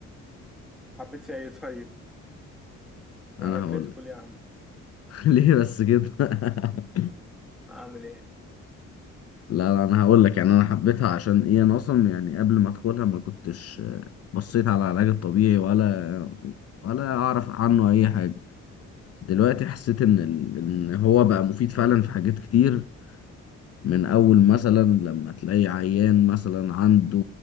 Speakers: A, in the centre; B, on the left (about 55°).
A: حبيت فيها ايه طيب
B: أنا
A: انا كريتيكال
B: هقولك
A: ايه عندي
B: <laughs> ليه بس كده <laughs>
A: اعمل ايه
B: لا لا انا هقول لك يعني انا حبيتها عشان ايه انا اصلا يعني قبل ما ادخلها ما كنتش آه، بصيت على العلاج الطبيعي ولا ولا اعرف عنه اي حاجه دلوقتي حسيت ان ال- ان هو بقى مفيد فعلا في حاجات كتير من اول مثلا لما تلاقي عيان مثلا عنده